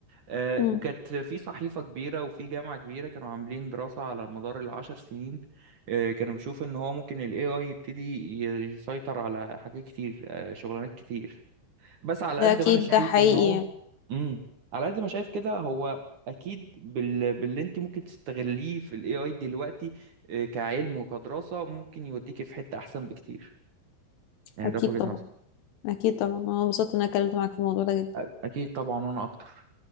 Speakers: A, on the right; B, on the left.
A: آه،
B: مم.
A: كانت في صحيفة كبيرة وفي جامعة كبيرة كانوا عاملين دراسة على مدار العشر سنين آه، كانوا بيشوفوا إن هو ممكن ال AI يبتدي ي- يسيطر على حاجات كتير آه، شغلانات كتير بس على
B: ده
A: قد
B: اكيد
A: ما أنا شايف
B: ده حقيقي
A: إن هو
B: يعني.
A: مم. على قد ما شايف كده هو أكيد بال... باللي أنت ممكن تستغليه في ال AI دلوقتي آه، كعلم وكدراسة ممكن يوديكي في حتة أحسن بكتير يعني
B: اكيد
A: ده في وجهة
B: طبعا
A: نظري
B: اكيد طبعا انا انبسطت ان انا اتكلمت معاك في الموضوع ده جدا
A: أ- أكيد طبعا وأنا أكتر